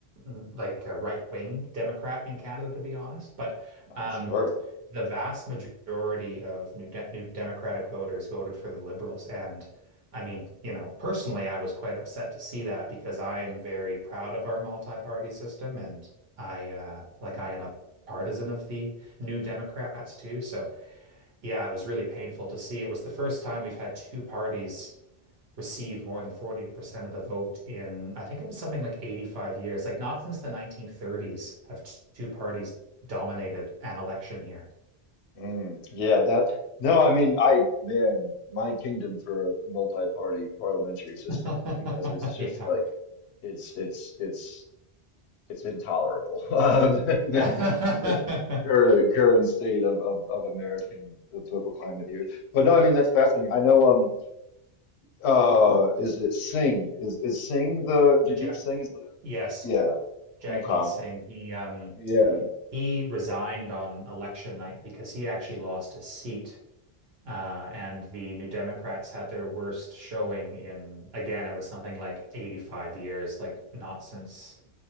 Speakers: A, on the right; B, on the left.
A: mm, like a right-wing Democrat in Canada, to be honest. But
B: I'm
A: um,
B: sure.
A: the vast majority of new de new Democratic voters voted for the Liberals, and I mean, you know, personally, I was quite upset to see that because I am very proud of our multi-party system, and I uh, like I am a partisan of the New Democrats too. So yeah, it was really painful to see. It was the first time we've had two parties receive more than 40% of the vote in, I think it was something like 85 years. Like not since the 1930s have t- two parties dominated an election here.
B: Mm, yeah, that. No, I mean, I, man, my kingdom for a multi-party parliamentary system
A: <laughs>
B: because it's just
A: Yeah.
B: like, it's, it's, it's, it's intolerable. <laughs> Um, and
A: Yeah.
B: then the current,
A: <laughs>
B: current state of, of, of American the political climate here. But no, I mean, that's fascinating. I know, um, uh, is it Singh? Is, is Singh the Jadeep
A: Ja
B: Singh's the,
A: yes,
B: yeah.
A: Jagmeet
B: Okay.
A: Singh, he um
B: Yeah,
A: he resigned on election night because he actually lost his seat Uh, and the New Democrats had their worst showing in, again, it was something like 85 years, like not since